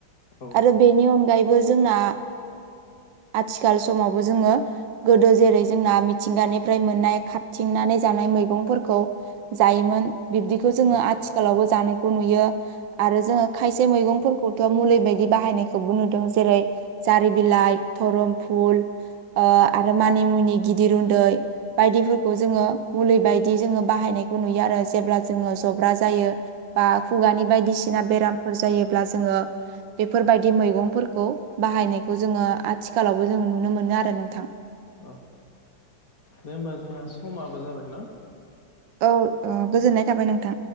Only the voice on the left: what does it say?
औ
औ
औ दे होमबा जोंहा समाबो जाबायनाा